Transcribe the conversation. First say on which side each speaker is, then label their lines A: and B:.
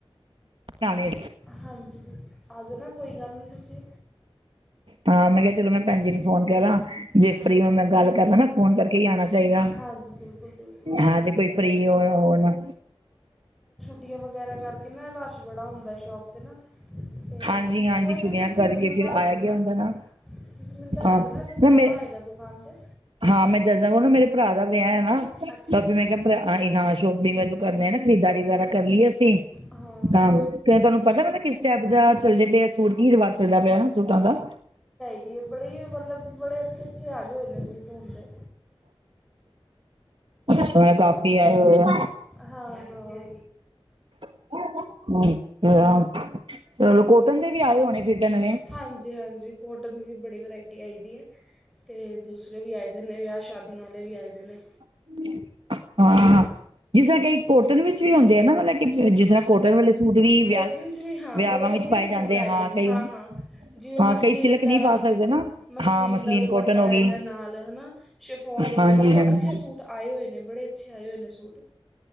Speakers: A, on the right (about 65°); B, in the centre.
A: ਬਣਾਉਣੇ
B: ਹਾਂਜੀ, ਆ ਜਾਓ ਨਾ ਕੋਈ ਗੱਲ ਨਹੀਂ ਤੁਸੀਂ।
A: ਹਾਂ, ਮੈਂ ਕਿਹਾ ਚਲੋ ਮੈਂ ਭੈਣ ਜੀ ਨੂੰ ਫੋਨ ਕਰਾਂ। ਜੇ
B: ਹਾਂ
A: ਫਰੀ ਹੋ
B: ਹਾਂ
A: ਮੈਂ ਗੱਲ ਕਰਦਾ ਨਾ ਫੋਨ ਕਰਕੇ ਹੀ ਆਉਣਾ ਚਾਹੀਦਾ,
B: ਹਾਂਜੀ ਬਿਲਕੁਲ ਬਿਲਕੁਲ
A: ਹਾਂ ਜੇ ਕੋਈ ਫ੍ਰਰੀ ਹੋਇਆ ਹੋਣਾ
B: ਛੂਟੀਆਂ ਵਗੈਰਾ ਕਰਕੇ ਨਾ, ਰਸ਼ ਬੜਾ ਹੁੰਦਾ ਸ਼ੋਪ 'ਤੇ ਨਾ। ਤੇ,
A: ਹਾਂਜੀ ਹਾਂਜੀ
B: ਕੋਈ
A: ਛੁੱਟੀਆਂ
B: ਨਹੀਂ ਤੁਸੀਂ
A: ਕਰਕੇ
B: ਮੈਨੂੰ
A: ਫਿਰ
B: ਦੱਸ
A: ਆਇਆ
B: ਦੇਣਾ।
A: ਗਿਆ ਹੁੰਦਾ ਨਾ
B: ਤੁਸੀਂ ਮੈਨੂੰ ਦੱਸ
A: ਹਾਂ
B: ਦੇਨਾ, ਜਦੋਂ
A: ਨਾ ਮੈਂ
B: ਆਉਣਾ ਹੋਏਗਾ ਦੁਕਾਨ ਤੇ।
A: ਹਾਂ ਮੈਂ ਦੱਸਦਾ ਉਹ ਨਾ ਮੇਰੇ ਭਰਾ ਦਾ ਵਿਆਹ ਹੈ ਨਾ,
B: ਅੱਛਾ
A: ਤਾਂ
B: ਅੱਛਾ
A: ਫਿਰ ਮੈਂ ਕਿਹਾ ਅਸੀ ਨਾਲ ਸ਼ੋਪਿੰਗ ਵਜੋਂ ਕਰਨੇ ਨਾ ਖਰੀਦਾਰੀ ਵਗੈਰਾ ਕਰ ਲਈਏ ਅਸੀਂ,
B: ਹਾਂ
A: ਆਹੋ। ਤੁਹਾਨੂੰ ਪਤਾ ਮੈ ਕਿਸ ਟਾਈਪ ਦਾ ਚੱਲਦੇ ਪਿਆ ਸੂਟ, ਕੀ ਰਿਵਾਜ ਚੱਲਦਾ ਪਿਆ ਸੂਟਾਂ ਦਾ?
B: ਇਹ ਬੜੇ ਮਤਲਬ ਬੜੇ ਅੱਛੇ, ਅੱਛੇ ਆਗੇ ਹੋਏ ਨੇ ਸੂਟ ਹੁਣ ਤੇ।
A: ਅੱਛਾ, ਹੁਣ ਕਾਫੀ ਆ ਹੋਏ ਆ।
B: ਹਾਂ ਹਾਂ।
A: ਅੱਛਾ, ਚਲੋ ਕੋਟਨ ਦੇ ਵੀ ਆਏ ਹੋਣੇ ਫਿਰ ਤਾਂ ਨਵੇਂ?
B: ਹਾਂਜੀ ਹਾਂਜੀ ਕੋਟਨ ਦੀ ਵੀ ਬੜੀ ਵਰਾਇਟੀ ਆਈ ਦੀ ਹੈ, ਤੇ ਦੂਸਰੇ ਵੀ ਆਏ ਦੇ ਨੇ ਵਿਆਹ ਸ਼ਾਦੀ ਵਾਲੇ ਵੀ ਆਏ ਨੇ।
A: ਹਮ। ਹਾਂ, ਜਿਸ ਤਰ੍ਹਾਂ ਕਈ ਕੋਟਨ ਵਿੱਚ ਵੀ ਹੁੰਦੇ ਆ ਨਾ ਮਤਲਬ ਕਿ ਜਿਸ ਤਰ੍ਹਾਂ ਕੋਟਨ ਵਾਲੇ ਸੂਟ ਵੀ ਵਿਆਹ
B: ਕੋਟਿਨ 'ਚ ਵੀ ਹਾਂ,
A: ਵਿਆਵਾਂ
B: ਬੜੇ ਵਧੀਆ
A: ਵਿੱਚ ਪਾਏ ਜਾਂਦੇ
B: ਸੂਟ ਆਏ
A: ਆ।
B: ਗਏ ਨੇ,
A: ਕਈ
B: ਹਾਂ ਹਾਂ। ਜਿਵੇਂ
A: ਹਾਂ
B: ਮਸਲੀਨ
A: ਕਈ ਸਿਲਕ
B: ਦਾ,
A: ਨਹੀਂ ਪਾ ਸਕਦੇ ਨਾ
B: ਮਸਲੀਨ
A: ਹਾਂ
B: ਦਾ ਦੁਪੱਟਾ
A: ਕੋਟਨ ਹੋ ਗਈ
B: ਇਹਦੇ ਨਾਲ, ਹਨਾ। ਸ਼ਿਫੋਨ ਵਗੈਰਾ,
A: ਹਾਂਜੀ
B: ਮਤਲਬ
A: ਹਾਂਜੀ
B: ਅੱਛੇ ਸੂਟ ਆਏ ਹੋਏ ਨੇ, ਬੜੇ ਅੱਛੇ ਆਏ ਹੋਏ ਨੇ ਸੂਟ।